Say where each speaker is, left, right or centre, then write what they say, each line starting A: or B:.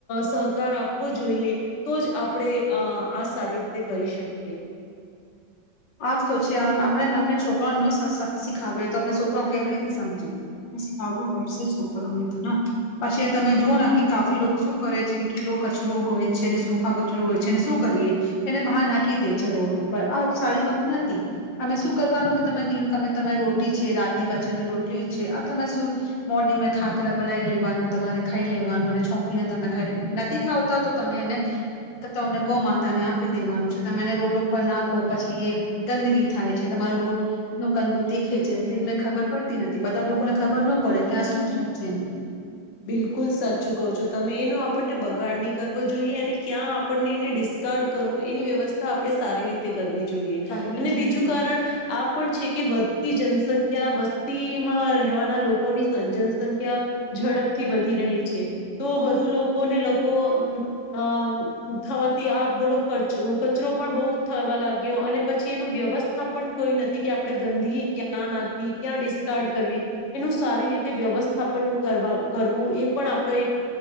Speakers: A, on the left; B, on the left.
A: સહકાર આપ આપ જોઈએ, તો જ આપણે આ સારી રીતે કરી શકીએ.
B: આજ તો છે આમ આપણે આપણે છોકરાઓને ન સીખાવ તો આપણે છોકરા કેવી રીતે સમજીએ, શીખાડવું પડશે છોકરાને, તો પછી તમે જો ના કે કાફી લોકો શું કરે છે કે કીલો કચરો હોય છેને સુખા કચરોું હોય છેને શું કરીએ, એને બહાર નાખી દે છે રોડ ઉપર આ સારી વાત નથી, અમે શું કરવાનું કે તમે કીધું કે અમે તમે રોટી છી રાતની બચેલી રોટલી છે આ તમે શું, મોર્નિંગ ખાકરા બનાવી લેવાનું તમારે ખાઈ લેવાનું અને છોકીને તમે ખાઈ નથી ખાવતા તો તમે એને તમને, ગૌ માતાને આપી દેવાનું છે તમે એને રોડ ઉપર નાખો પછી એ ગંદગી થાય છે તમારો રોડ, કેટલું ગંદુ તીખે છે એમને ખબર પડતી નથી બધા લોકોને ખબર ન પડે કે આ શું થાય છે એમ નથી.
A: બિલકુલ સાચું કહો છો તમે એનું આપણને બગાડ નહી કરવો જોઈએ અને ક્યાં આપણને એને ડિસ્કાર્ડ કરવું એની વ્યવસ્થા આપડણે સારી રીતે કરવી છે. જોઈએ,
B: કરવી
A: અને
B: જોઈએ
A: બીજું કારણ આ પણ છે કે વધતી જનસંખ્યા વસ્તીમાં રહેવાના લોકોની જનસંખ્યા, ઝડપ થી વધી રહી છે, તો વધુ લોકોને લોકો અમ અમ થવાથી આ બોલો કચરો પણ બહુ થવા લાગ્યો અને પછી એનું વ્યવસ્થાપન કોઈ નથી કે આપણે ગંદગી ક્યાં નાખવી ક્યાં ડિસ્કાર્ડ કરવી, એનું સારી રીતે વ્યવસ્થાપન કરવા કરવું એ પણ આપડો એક,